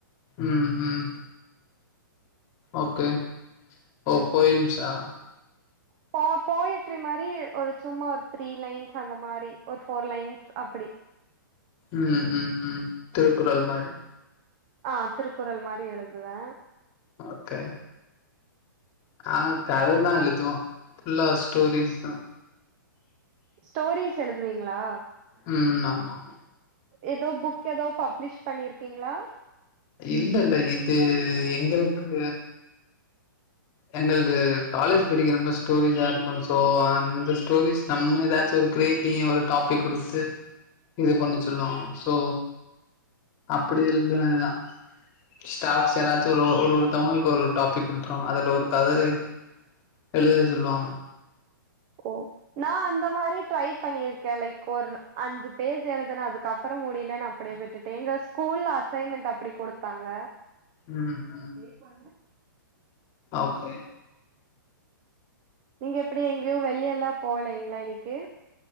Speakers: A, on the left; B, on the right.
A: ம் ம் ஓகே ஓ போயிம்ஸா
B: <inaudible> போ போயெட்றி மாரி ஒரு ச்சும்மா ஒர் த்ரீ லைன்ஸ் அந்த மாரி ஒர் ஃபோர் லைன்ஸ் அப்படி
A: ம் ம் ம் திருக்குறள் மாரி
B: ஆ திருக்குறள் மாரி எழுதுவே
A: ஓகே ஆ கது தா எழுது புல்லா ஸ்டோரிஸ் தா
B: ஸ்டோரிஸ் எழுதுவீங்ளா
A: ம்ம் ஆமா
B: எதோ புக் எதோ பப்ளிஷ் பண்ணீர்க்கிங்ளா
A: இல்லல்ல இது எங்களுக்கு எங்கள்க்கு காலேஜ் படிக்கரப்ப ஸ்டோரிஸா ருக்கு சோ அந்த டோவிஸ் நம்ம ஏதாச்சு ஒரு க்ரேவ்ட்டி ஒரு டாபிக் குடுச்சு இது பண்ணு ச்சொல்லுவாங்க சோ அப்படி எழ்ந்துனதுதா ஸ்டாஃப்ஸ் ஏதாச்சுரோ ஒரு ஒருத்தவங்கள்க் ஒர்ரொர் டாப்பிக் குடுத்ருவாங்க அதல்ல ஓர் ப்பு கதயேத் எழுத சொல்வாங்க
B: ஓ நா அந்த மாரி ட்ரை பண்ணிருக்கே லைக் கொர்னு அஞ்சு பேஜ் எழுதுன அதுக்கப் ப்பறோ முடிலேன் அப்படே விட்டுட்டேன் ங்க ஸ்கூல்ல அசைன்மென்ட் அப்டி கொடுத்தாங்க
A: ம் ம்
B: ஏ பான்டன
A: ஓகே
B: நீங்க எப்படி எங்யோ வெளியெல்லா போலேங்களா இன்னிக்கி